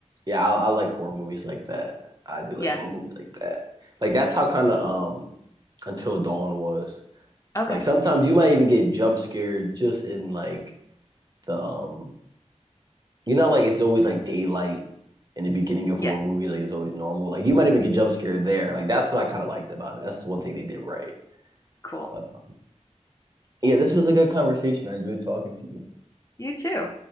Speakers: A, on the right; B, on the left.
A: yeah. I, I like horror movies like that. I do like
B: Yeah.
A: horror movies like that. Like that's how kind of um Until Dawn was.
B: Okay.
A: Like sometimes you might even get jump scared just in like the um. You know, like it's always like daylight in the beginning of
B: Yeah.
A: horror movies. Like it's always normal. Like you might even get jump scared there. Like that's what I kind of liked about it. That's the one thing they did right.
B: Cool.
A: But uh, yeah, this was a good conversation. I enjoyed talking to you.
B: You too.